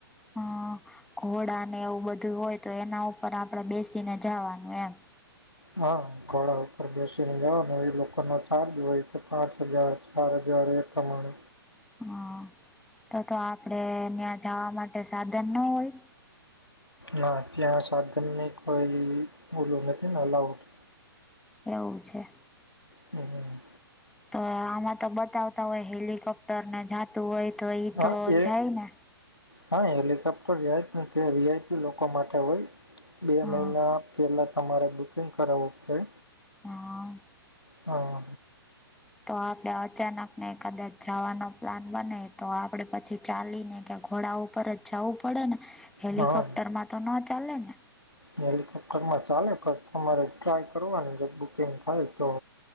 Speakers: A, in the centre; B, on the left.
A: હ ઘોડા ને એવું બધું હોય તો એના ઉપર આપડે બેસીને જવાનું એમ.
B: હા ઘોડા ઉપર બેસીને જવા એ લોકો ન ચાર્જ હોય. પાંચ હજાર ચાર હજાર એકઠ માણ.
A: હ તો તો આપડે ત્યાં જવા માટે સાધનના હોય.
B: ના ત્યાં સાધનની કોઈ ઓલું નથી ને અઉટ.
A: એવું છે.
B: હમ.
A: તો આમાં તો બતાવતા હોય હેલિકોપ્ટર ને જતું હોય તો ઈ
B: હા
A: તો
B: એ
A: જાય ને.
B: હા હેલિકોપ્ટરાય પણ તે વીઆઈપી લોકો માટે હોય બે
A: હા
B: મહિના. પહેલાં તમારે બુકિંગ કરાવવું પડે.
A: હા.
B: હા.
A: તો આપડે અચાનક ને કદાચ જવાનો પ્લાન બને તો આપડે પછી ચાલીને કે ઘોડાઓ. ઉપર જ જવું પડે ને હેલિકોપ્ટરમાં
B: હા
A: તો ન ચાલેને.
B: હેલિકોપ્ટરમાં ચાલે પણ તમારે ટ્રાય કરવાની જે બુકિંગ થાય તો.